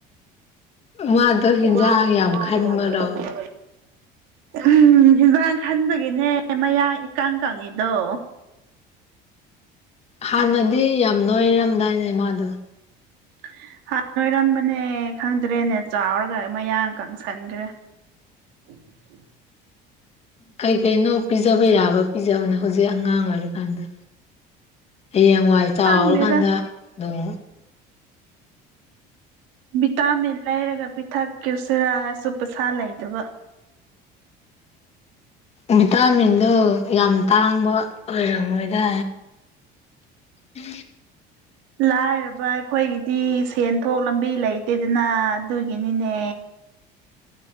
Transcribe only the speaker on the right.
ꯋꯥꯗꯗ
ꯌꯥꯝ ꯈꯟꯅ ꯎꯝ ꯏꯟꯖꯥꯡ ꯈꯟꯗꯒꯤꯅꯦ ꯃꯌꯥ ꯏꯀꯪ ꯀꯪꯉꯤꯗꯣ
<unintelligible> ꯍꯥꯟ ꯅꯣꯏꯔꯝꯕꯅꯦ ꯈꯪꯗ꯭ꯔꯦꯅꯦ ꯆꯥꯎꯔꯒ ꯃꯌꯥꯡ ꯀꯪꯁꯟꯈ꯭ꯔꯦ ꯎꯝ <unintelligible>
ꯈꯪꯗꯦꯗ
ꯃꯤꯇꯥ ꯃꯦ ꯂꯩꯔꯒ ꯄꯤꯊꯛ ꯀꯔꯁꯔꯥ ꯍꯥꯏꯁꯨ ꯄꯩꯁꯥ ꯂꯩꯗꯕ
<inaudible>
ꯂꯥꯏꯔꯕ ꯑꯩꯈꯣꯏꯒꯤꯗꯤ ꯁꯦꯟ ꯄꯊꯣꯛ ꯂꯝꯕꯤ ꯂꯩꯇꯦꯗꯅ ꯑꯗꯨꯒꯤꯅꯤꯅꯦ